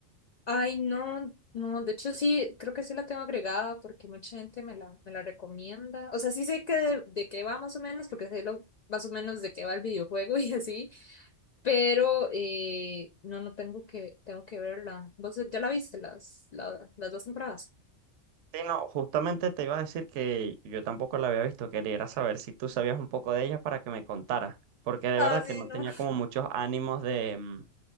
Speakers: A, on the left; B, on the right.
A: Ay, no, no, de hecho sí, creo que sí la tengo agregada porque mucha gente me la, me la recomienda. O sea, sí sé que de, de qué va más o menos, porque sé lo, más o menos de qué va el videojuego <laughs> y así, pero eh, no, no tengo que, tengo que verla. ¿Vos ya la viste las, la- las dos temporadas?
B: Sí, no, justamente te iba a decir que yo tampoco la había visto. Quería era saber si tú sabías un poco de ella para que me contara. Porque de
A: Ah,
B: verdad que
A: sí,
B: no tenía
A: no.
B: como muchos ánimos de, mm,